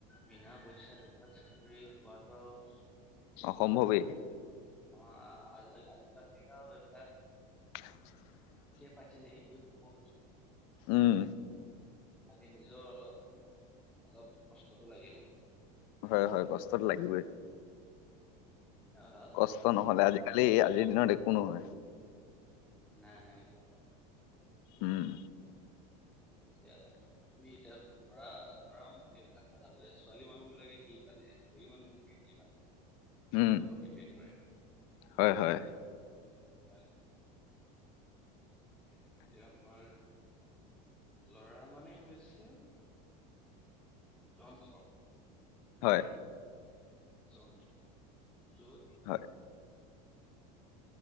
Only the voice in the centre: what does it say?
বিনা পইচাত চাকৰি পোৱাতটো
আৰু। আমাৰ আজিকালি আও এইবিলাক।
পাইছে যে সেইটোৱে বহুত
খালি নিজৰ অলপ। অলপ কষ্টটো লাগিব।
হা হা
নাই নাই।
আও তুমি এতিয়া লৰা লৰা সেইবিলাক কথা পাতে ছোৱালী মানুহ বিলাকে কি পাতে বঢ়ী মানুহ বিলাকে। কি পাতে। সেইটো
ওপৰত ডিপেণ্ড কৰে
হয়। এতিয়া আমাৰ লৰা মানে হৈছে। যন্ত্ৰ।
যন্ত্ৰ, যত